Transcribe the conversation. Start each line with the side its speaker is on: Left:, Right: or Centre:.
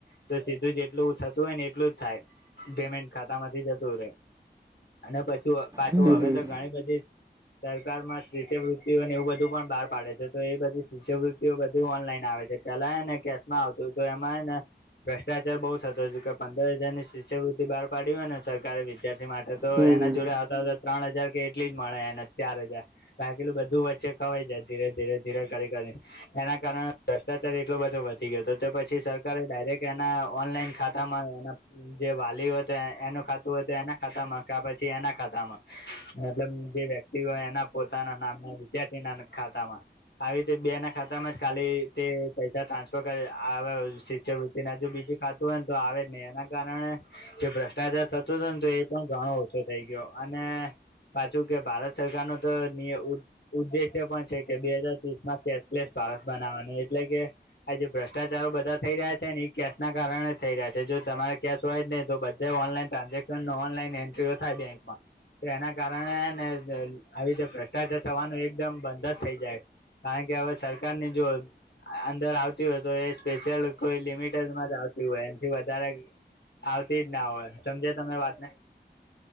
Left: તો સીધું જેટલું થતું હોય ને એટલું જ થાય પેમેન્ટ ખાતામાંથી જતું રહે અને પાછુ પાછું
Right: હમ હમ
Left: હવે તો ઘણી બધી સરકારમાં શિષ્યવૃતિ હોય એવું બધું પણ બહાર પાડે છે તો એ બધી શિષ્યવૃત્તિઓ બધું ઓનલાઈન આવે છે પહેલા ને કેશ માં આવતું તો એમાં ને, ભ્રષ્ટાચાર બહુ થતો કે પંદર હજારની શિષ્યવૃત્તિ બહાર પાડી હોય ને સરકારે વિદ્યાર્થી માટે તો
Right: હમ
Left: એના
Right: હમ
Left: જોડે આ ત્રણ હજાર કે એટલી જ મળે એને ચાર હજાર બાકી લું બધું વચ્ચે ખવાય જાય ધીરે ધીરે ધીરે કરી કરીને એના કારણે ભ્રષ્ટાચાર એટલો બધો વધી ગયો હતો તે પછી સરકારે એના ઓનલાઈન ખાતા તમામાં એના જે વાલી હોય તો એનું ખાતું હતું એના ખાતામાં કા પછી એના ખાતામાં મતલબ જે વ્યક્તિ તિ હોય એના પોતાના નામ ના વિદ્યાર્થી ના ખાતામાં આવી રીતે બે ના ખાતામાં જ ખાલી તે પૈસા ટ્રાન્સફર કરે આવ શિસવુતી તેનાજુ બીજું ખાતું હોય ને તો આવે જ નહી એના કારણે જે ભ્રષ્ટાચાર થતો હતો ને તો એ પણ ઘણો ઓછો થઈ ગયો અને પાછું કે ભારત સરકાર નો તો નિય, ઉદ્દેશ્ય પણ છે કે બે હજાર <unintelligible> માં કેશલેસ ભારસ બનાવવાનું એટલે કે આજ જે ભ્રષ્ટાચારો બધા થઈ રહ્યા છે ને એ કેસ ના કારણે જ થઈ રહ્યા છે જો તમારે કેસ હોય જ ને તો બધા તે ઓનલાઈન ટ્રાન્ઝેક્શન ઓનલાઈન એન્ટ્રીઓ થાય બેંકમાં તો એના કારણે હે ને આવી રીતે ભ્રષ્ટાચાર થવાનું એકદમ બંધ જ થઈ જાય કારણ કે હવે સરકાર ની જો અંદર આવતી હોય તો એ સ્પેશિયલ કોઈ લિમિટેડમાં જ હોય એમથી વધારે આવતી જ ના હોય સમજે તમે વાતને